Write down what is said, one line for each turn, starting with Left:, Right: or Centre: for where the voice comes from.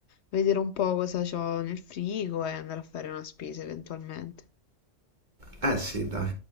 Left: vedere un po' cosa ho nel frigo e andare a fare una spesa eventualmente.
Right: Eh sì, dai.